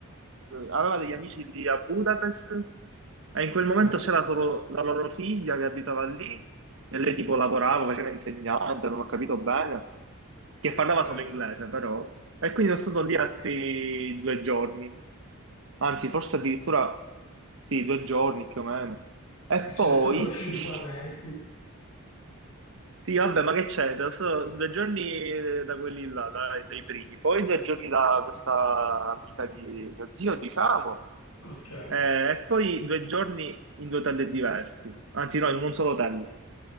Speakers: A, on the right; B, on the left.
A: aveva degli amici lì a Budapest e in
B: ok,
A: quel momento c'era solo la loro figlia che abitava lì e lei tipo lavorava, faceva insegnante, non ho capito bene, che
B: ok.
A: parlava solo inglese però. E quindi sono stato lì altri due giorni, anzi forse addirittura sì, due giorni più o meno. E
B: E ci
A: poi
B: sei stato cinque
A: <laughs>
B: mesi,
A: Sì, vabbè, ma che c'è? Da so- due giorni eh, da quelli là, dai, dai primi, poi due giorni da questa amica di mio zio, diciamo,
B: ok.
A: eh, e poi due giorni in due hotel diversi, anzi no, in un solo hotel.